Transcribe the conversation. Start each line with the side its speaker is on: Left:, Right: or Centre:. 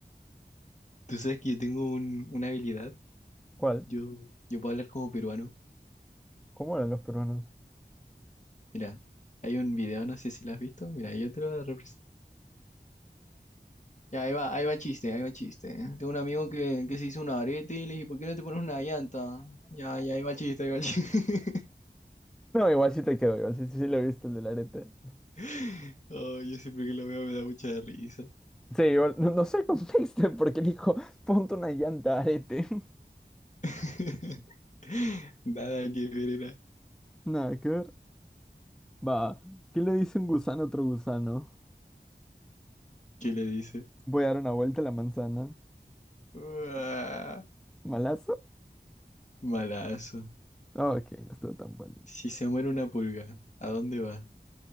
Left: Tú sabes que yo tengo un- una habilidad,
Centre: ¿Cuál?
Left: yo, yo puedo hablar como peruano.
Centre: ¿Cómo eran los peruanos?
Left: Mira, hay un video, no sé si lo has visto, mira, yo te lo voy a representar. Ya, ahí va, ahí va chiste, ahí va chiste. Tengo un amigo que, que se hizo un arete y le dije, ¿por qué no te pones una llanta? Ya, ya, ahí va chiste, ahí va chiste.
Centre: No, igual sí te quedo, igual sí, sí, sí lo viste el del arete.
Left: <laughs> oh yo siempre que lo veo me da mucha risa.
Centre: Sí, igual, no, no sé el contexto <laughs> porque dijo, ponte una llanta arete. <laughs>
Left: <laughs> Nada que ver era.
Centre: Nada que ver. Va, ¿qué le dice un gusano a otro gusano?
Left: ¿Qué le dice?
Centre: Voy a dar una vuelta a la manzana.
Left: Uah,
Centre: ¿Malazo?
Left: Malazo.
Centre: Ah, Ok, no estuvo tan bueno.
Left: Si se muere una pulga, ¿a dónde va?